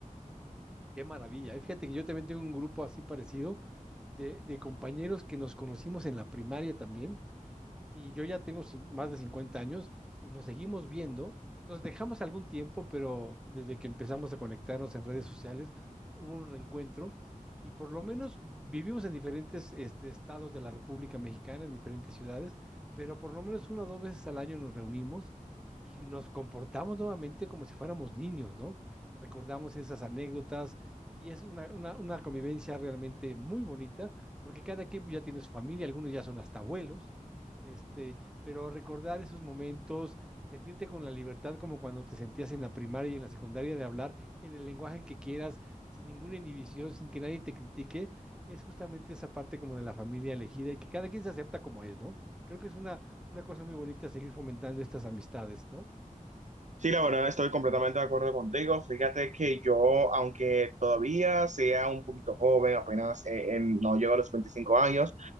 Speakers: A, in the centre; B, on the right.
A: qué maravilla. Y fíjate que yo también tengo un grupo así parecido de, de compañeros que nos conocimos en la primaria también y yo ya tengo cin- más de 50 años y nos seguimos viendo. Nos dejamos algún tiempo, pero desde que empezamos a conectarnos en redes sociales hubo un reencuentro y por lo menos vivimos en diferentes este, estados de la República Mexicana, en diferentes ciudades, pero por lo menos una o dos veces al año nos reunimos y nos comportamos nuevamente como si fuéramos niños, ¿no? Recordamos esas anécdotas y es una, una, una convivencia realmente muy bonita porque cada quien pues, ya tiene su familia, algunos ya son hasta abuelos este, pero recordar esos momentos, sentirte con la libertad como cuando te sentías en la primaria y en la secundaria de hablar en el lenguaje que quieras, sin ninguna inhibición, sin que nadie te critique, es justamente esa parte como de la familia elegida y que cada quien se acepta como es, ¿no? Creo que es una, una cosa muy bonita seguir fomentando estas amistades, ¿no?
B: Sí, la verdad estoy completamente de acuerdo contigo. Fíjate que yo, aunque todavía sea un poquito joven, apenas eh, en- no llego a los 25 años,